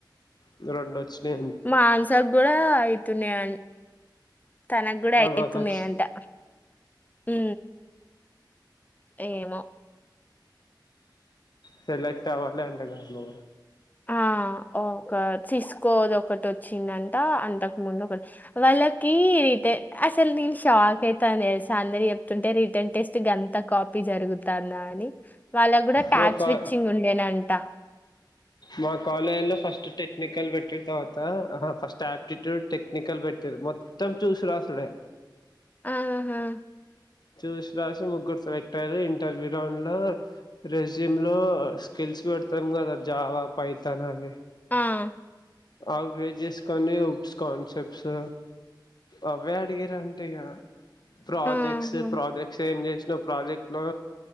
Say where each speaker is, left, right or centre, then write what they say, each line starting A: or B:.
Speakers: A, on the left (about 60°); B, on the left (about 20°).
A: ఇంగా రెండు వచ్చినాయి
B: మన్షా కూడా అయితున్నాయన్ తనకు కూడా అయితున్నాయంటా
A: మాకు వచ్చి
B: ఉ ఏమో
A: సెలెక్ట్ అవ్వలే అంటాగా నువ్వు
B: ఆ ఒక సిస్కోది ఒకటి వచ్చిందంటా అంతకు ముందు ఒకటి వాళ్ళకి రిటర్న్ అసలు నేను షాక్ అయితాను తెలుసా అందరు చెప్తుంటే రిటర్న్ టేస్ గంత కాపీ జరుగుతుందని వాళ్ళ కూడా టాచ్
A: మా కా
B: విచింగ్ ఉండేనంటా.
A: మా కాలేజ్లో ఫస్ట్ టెక్నికల్ పెట్టినురు తర్వాత అహ ఫస్ట్ ఆయాప్టిట్యూడ్ టెక్నికల్ పెట్టిర్రు మొత్ త్తం చూసి రాసుడే
B: ఆహ ఆహ్.
A: చూసి రాసి ముగ్గురు సెలెక్ట్ అయ్యారు ఇంటర్వ్యూ రౌండ్ లో. రెజ్యూమ్ లో స్కిల్స్ పెడతాం కదా జావా పైతాన్ అవి.
B: ఆహ్.
A: అవి బేస్ చేసుకొని కాన్సెప్ట్స్. అవే అడిగింరంటా ఇక ప్రాజెక్ట్.
B: ఆహా!
A: క్స్ ప్రాజెక్ట్స్ ఏం చేసినవ్ ప్రాజెక్ట్ లో